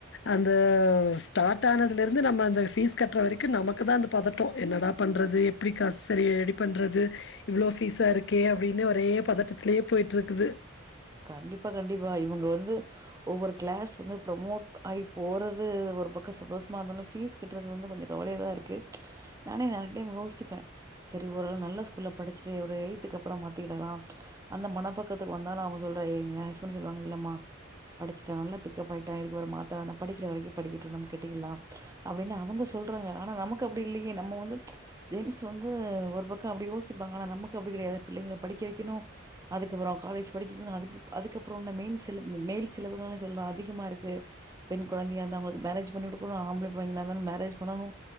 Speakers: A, on the left (about 60°); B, on the right (about 15°).
A: அந்த ஸ்டார்ட் ஆனதுல இருந்து நம்ம அந்த பீஸ் கட்டுற வரைக்கும் நமக்குதான் அந்த பதட்டம் என்னடா பண்றது எப்படி கஹ் நரய ஏடிட் பண்ணுறது இவ்வளோ ஃபீஸா இருக்கே அப்படின்னு ஒரே பதட்டத்திலயே போய்ட்டுருக்குது
B: கண்டிப்பா கண்டிப்பா இவங்க வந்து ஒவ்வொரு கிளாஸ் வந்து ப்ரமோட் ஆகி போறது ஒரு பக்கம் சந்தோஷமா இருந்தாலும் பீஸ் கட்டுறது வந்து கொஞ்சம் கவலையதான் இருக்கு நானே நிறைய டைம் யோசிப்பேன் சரி ஒரு ஆளவு நல்ல ஸ்கூல்ல படிச்சுட்டு ஒரு எய்த்துக்கு அப்புறம் மாதிக்கிடலாம் அந்த மனப்பக்கத்துக்கு வந்தாலும் அவ்ங் சொல்ட ஏங்க யஹஸ்பன்ட் சொல்வாங்க இல்லமா படிசுட்டா நல்ல பிக்கப் ஆயிடா எதுக்வர மாத்தவேனா படிகிற வர படிகட்டும் நம்மகிட்டல்லா அப்டினு அவுங்க சொல்டாங்க ஆனா நமக்கு அப்டில்லயே நம்மவந்து ச்சு எக்ஸ் வந்து ஒரு பக்கோ அப்டியோசிபாங்க ஆனா நமக்கு அப்டிகிடையாது பிள்ளைங்ல படிக்க வைகனு அதுக் காலேஜ் இனோ அதுக் அதுககப்ரோ மெயின் செலவு மெயில் செல சொல்ல அதிகமா இருக்கு பெண் குழந்தையா இருந்தா அவுங்க பேரஜ் பனோனு ஆம்லபிள்ளங்லா இருந்தாலு மேரஜ் பன்னனு